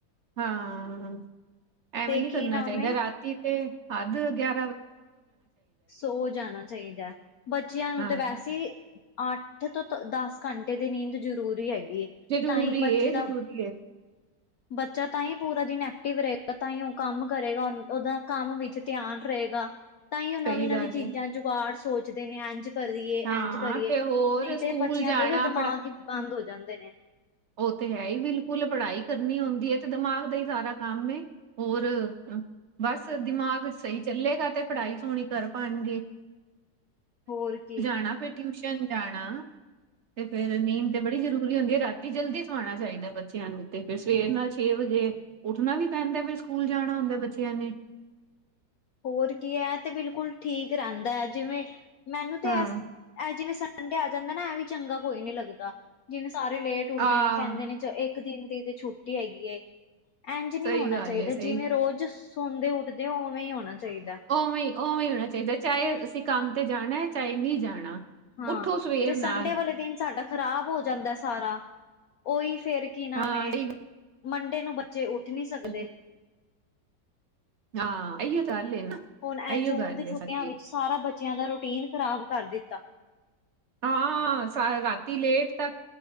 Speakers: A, on the right; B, on the left.
A: ਹਾਂ ਐਵੇਂ
B: ਤੇ
A: ਨੀ
B: ਕੀ
A: ਕਰਨਾ
B: ਨਾਮ
A: ਚਾਈਦਾ
B: ਏ
A: ਰਾਤੀ ਤੇ ਹੱਦ ਗਿਆ
B: ਸੋ ਜਾਣਾ ਚਾਈਦੈ ਬੱਚਿਆਂ ਨੂੰ
A: ਹਾਂ।
B: ਤਾਂ ਵੈਸੇ ਅੱਠ ਤੋਂ-ਤੋਂ ਦਸ ਘੰਟੇ ਦੀ ਨੀਂਦ ਜ਼ਰੂਰੀ ਹੈਗੀ ਏ।
A: ਜ਼ਰੂਰੀ
B: ਤਾਂਈ ਬੱਚੇ
A: ਏ
B: ਦਾ
A: ਜ਼ਰੂਰੀ ਏ
B: ਬੱਚਾ ਤਾਂ ਈ ਪੂਰਾ ਦਿਨ ਐਕਟਿਵ ਰਏਗਾ ਤਾਂ ਹੀ ਓ ਕੰਮ ਕਰੇਗਾ ਉਦਾ ਕੰਮ ਵਿੱਚ ਧਿਆਨ ਰਏਗਾ ਤਾਂਈ ਓ ਨਵੀਂ-ਨਵੀਂ
A: ਸਹੀ ਗੱਲ
B: ਚੀਜ਼ਾਂ
A: ਏ।
B: ਜੁਗਾੜ ਸੋਚਦੇ ਨੇ ਇੰਜ ਕਰੀਏ
A: ਹਾਂ
B: ਇੰਝ ਕਰੀਏ
A: ਤੇ ਹੋਰ
B: ਨਈ
A: ਸਕੂਲ
B: ਤੇ ਬੱਚਿਆਂ
A: ਜਾਣਾ
B: ਦੇ ਦਿਮਾਗ ਈ ਬੰਦ ਹੋ ਜਾਂਦੇ ਨੇ।
A: ਓ ਤੇ ਹੈ ਈ ਬਿਲਕੁਲ ਪੜ੍ਹਾਈ ਕਰਨੀ ਹੁੰਦੀ ਏ ਤੇ ਦਿਮਾਗ ਦਾ ਈ ਸਾਰਾ ਕੰਮ ਏ। ਹੋਰ ਬਸ ਦਿਮਾਗ ਸਈ ਚੱਲੇਗਾ ਤੇ ਪੜ੍ਹਾਈ ਸੋਣੀ ਕਰ ਪਾਣਗੇ।
B: ਹੋਰ ਕੀ
A: ਹਨਾ ਫਿਰ ਟਿਊਸ਼ਨ ਜਾਣਾ। ਤੇ ਫਿਰ ਨੀਂਦ ਤੇ ਬੜੀ ਜ਼ਰੂਰੀ ਹੁੰਦੀ ਏ ਰਾਤੀ ਜਲਦੀ ਸਵਾਣਾ ਚਾਈਦਾ ਬੱਚਿਆਂ ਨੂੰ ਤੇ ਫਿਰ ਸਵੇਰ ਨਾਲ ਛੇ ਵਜੇ ਉੱਠਣਾ ਵੀ ਪੈਂਦਾ ਫਿਰ ਸਕੂਲ ਹੁੰਦਾ ਬੱਚਿਆਂ ਨੇ।
B: ਹੋਰ ਕੀ ਐ ਤੇ ਬਿਲਕੁਲ ਠੀਕ ਰੈਂਦੈ ਜਿਵੇਂ ਮੈਨੂੰ ਤੇ
A: ਹਾਂ
B: ਐਸ ਐ ਅ ਜਿਵੇਂ ਸਾ ਸੰਡੇ ਆ ਜਾਂਦਾ ਨਾ ਐ ਵੀ ਚੰਗਾ ਕੋਈ ਨੀ ਲੱਗਦਾ ਜਿਵੇਂ ਸਾਰੇ ਲੇਟ ਉਠਦੇ
A: ਆਹ
B: ਨੇ ਕੈਂਦੇ ਨੇ ਚਲੋ ਇੱਕ ਦਿਨ ਦੀ ਤੇ ਛੁੱਟੀ ਹੈਗੀ ਏ। ਇੰਝ ਨਈ
A: ਸਹੀ
B: ਹੋਣਾ
A: ਗੱਲ
B: ਚਾਈਦਾ
A: ਏ ਸਹੀ
B: ਜਿਵੇਂ ਰੋਜ਼ ਸੋਂ ਦੇ ਉੱਠਦੇ ਉਵੇਂ ਹੋਣਾ ਚਾਈਦਾ।
A: ਉਵੇਂ-ਉਵੇਂ ਈ ਹੋਣਾ ਚਾਈਦਾ ਚਾਹੇ ਅਸੀਂ ਕੰਮ ਤੇ ਜਾਣਾ ਚਾਹੇ ਨਈ ਜਾਣਾ।
B: ਹਾਂ
A: ਉੱਠੋ ਸਵੇਰ
B: ਤੇ ਸੰਡੇ
A: ਨਾਲ
B: ਵਾਲੇ ਦਿਨ ਸਾਡਾ ਖ਼ਰਾਬ ਹੋ ਜਾਂਦਾ ਸਾਰਾ ਉਹੀ ਫੇਰ ਕੀ ਨਾਮ
A: ਹਾਂ
B: ਏ
A: ਸਹੀ
B: ਮੰਡੇ ਨੂੰ ਬੱਚੇ ਉੱਠ ਨਈ
A: ਗੱਲ
B: ਸਕਦੇ।
A: ਏ। ਹਾਂ ਅਈਓ ਤਾਂ ਅੱਲ ਏ ਨਾ
B: ਹੁਣ ਐ
A: ਇਹੀਓ
B: ਜੂਨ
A: ਗੱਲ
B: ਦੀ ਛੁੱਟੀਆਂ
A: ਏ ਸਾਡੀ
B: ਵਿੱਚ ਸਾਰਾ ਬੱਚਿਆਂ ਦਾ ਰੂਟੀਨ ਖ਼ਰਾਬ ਕਰ ਦਿੱਤਾ।
A: ਹਾਂ ਸਾ ਰਾਤੀ ਲੇਟ ਤੱਕ